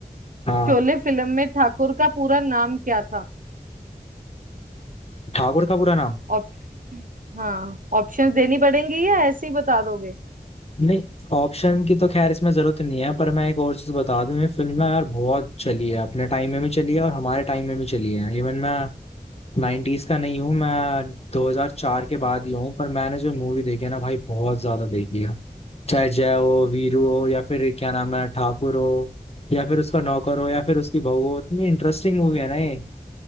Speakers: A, on the left; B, on the right.
A: हाँ
B: शोले फिल्म में ठाकुर का पूरा नाम क्या था
A: ठाकुर का पूरा नाम
B: ऑप हाँ ऑप्शंस देनी पड़ेंगी या ऐसे ही बता दोगे
A: नहीं ऑप्शन की तो खैर इसमें जरूरत नहीं है पर मैं एक और चीज बता दूं ये फिल्म ना यार बहुत चली है अपने टाइम में भी चली है और हमारे टाइम में भी चली है इवन मैं 90s का नहीं हूँ मैं 2004 के बाद ही हूँ पर मैंने जो मूवी देखी है ना भाई बहुत ज्यादा देखी है चाहे जय हो वीरू हो या फिर क्या नाम है ठाकुर हो या फिर उसका नौकर हो या फिर उसकी बहू हो इतनी इंटरेस्टिंग मूवी है ना ये